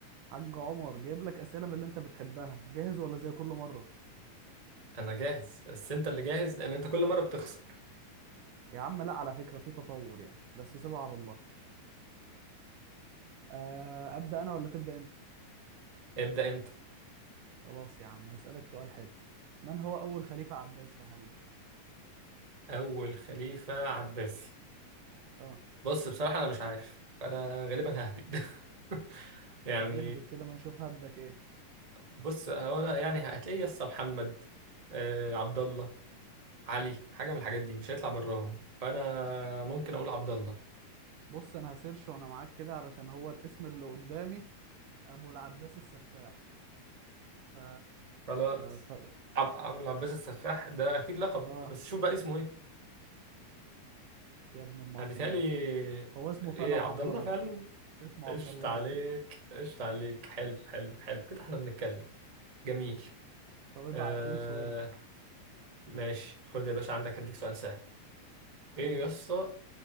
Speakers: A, on the right (about 75°); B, on the right (about 30°).
A: حاج عمر جايب لك اسئله من اللي انت بتحبها جاهز ولا زي كل مره
B: انا جاهز بس انت اللي جاهز لان انت كل مره بتخسر
A: يا عم لا على فكره في تطور يعني بس سيبها على الله آه، ابدا انا ولا تبدا انت
B: ابدا انت
A: خلاص يا عم هسالك سؤال حلو من هو اول خليفه عباسي يا حبيبي
B: اول خليفه عباسي
A: اه
B: بص بصراحه انا مش عارف انا غالبا ههبد <laughs> يعني
A: طب اهبط كده ما نشوف هبدك ايه
B: بص هو انا يعني هتلاقي يس محمد آه، عبد الله علي حاجه من الحاجات دي مش هيطلع براهم فانا ممكن
A: مم.
B: اقول عبد الله
A: بص انا هسيرش وانا معاك كده علشان هو الاسم اللي قدامي ابو العباس السفاح ف...
B: خلاص
A: ف...
B: عب... عب... العباس السفاح ده اكيد لقب
A: اه
B: بس شوف بقى اسمه ايه
A: يا ابن المحظوظه
B: انا بيتهيألي
A: هو اسمه
B: ايه
A: فعلا عبد
B: عبد الله
A: الله
B: فعلا
A: اسمه
B: قشط
A: عبد الله
B: عليك
A: فعلا
B: قشط عليك حلو حلو حلو كده احنا بنتكلم جميل
A: طب ابقى
B: آه
A: قول سؤالك
B: ماشي خد يا باشا عندك هديك سؤال سهل ايه
A: مم.
B: يا اسطى